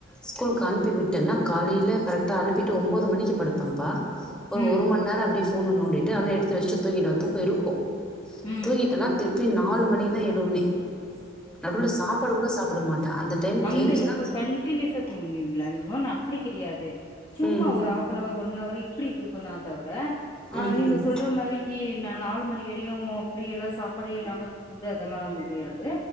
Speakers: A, in the centre; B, on the left (about 25°).
A: ஸ்கூலுக்கு அனுப்பி விட்டேன்னா காலையில கரெக்டாக அனுப்பிட்டு ஒம்போது மணிக்கு படுப்பேப்பா ஒரு
B: ம்
A: ஒரு
B: ம்
A: மண் நேரோ அப்டியே ஃபோன நோண்டிட்டு அத நா எடுத்து வெச்சுட்டு தூங்கிடுவ தூக்கோ இருக்கு
B: ம்
A: தூங்கிட்டேன்னா திருப்பி நாலு மணிக்கு தா எழுவனே நடுவுல சாப்பாடு கூட சாப்புட மாட்ட அந்த டைம்க்கு
B: அந்தளவுக்கு
A: ஏஞ்ச்சு தான்
B: கண்டினியூஸா தூங்குவீங்களா நீங்கோ நா அப்டி கெடையாது சும்மா
A: ம்.
B: ஒரு ஆஃப் ஃபனவர் ஒன்னவர் இப்டி தூக்கோ தா தவர ஆ
A: ம்.
B: நீங்க
A: ம்.
B: சொல் ற மாரிக்கு நா நாலு மணி வரையு அப்டி எல்லா சாப்பாடு இல்லாம தூக் நம்புள்ட்ட அதெல்லா முடியாது